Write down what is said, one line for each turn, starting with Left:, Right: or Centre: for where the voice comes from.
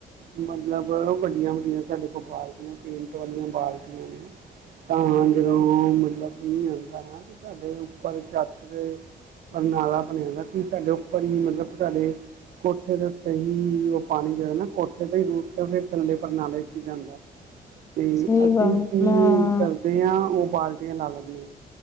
Right: ਮਤਲਬ ਉਹ ਵੱਡੀਆਂ ਵੱਡੀਆਂ ਸਾਡੇ ਕੋਲ ਬਾਲਟੀਆਂ, ਪੇਂਟ ਵਾਲੀਆਂ ਬਾਲਟੀਆਂ ਨੇ ਤਾਂ ਜਦੋਂ ਮਤਲਬ ਮੀਂਹ ਆਉਂਦਾ ਨਾ ਤੇ ਸਾਡੇ ਉੱਪਰ ਛਤ ਤੇ ਪਰਨਾਲਾ ਬਣਿਆ ਦਾ ਏ ਸਾਡੇ ਉੱਪਰ ਹੀ ਮਤਲਬ ਸਾਡੇ ਕੋਠੇ ਦੇ ਉੱਤੇ ਹੀ ਉਹ ਪਾਣੀ ਜਿਹੜਾ ਨਾ ਕੋਠੇ ਦੇ ਹੀ ਰੁਟ ਤੋ ਫੇਰ ਥੱਲੇ ਪਰਨਾਲੇ ਚ ਹੀ ਜਾਂਦਾ। ਤੇ
Left: ਸਹੀ
Right: ਅਸੀਂ
Left: ਗੱਲ
Right: ਕੀ
Left: ਮੈਂ
Right: ਕਰਦੇ ਆ ਉਹ ਬਾਲਟੀਆਂ ਲਾ ਲੈਂਦੇ ਆਂ।